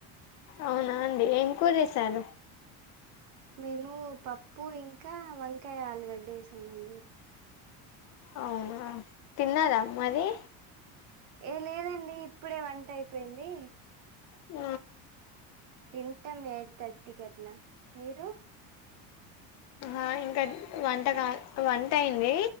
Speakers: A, on the left; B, on the right.
A: అవునా అండి ఏం కూరచేశారు
B: మేము పప్పు ఇంకా వంకాయ ఆలుగడ్డ చేసామండి
A: అవునా తిన్నారా మరి
B: ఏ లేదండి ఇప్పుడే వంట అయిపోయింది
A: ఊ
B: తింటాం ఎయిట్ థర్టీకట్లా మీరు
A: హ ఇంకా వంట కా వంట అయింది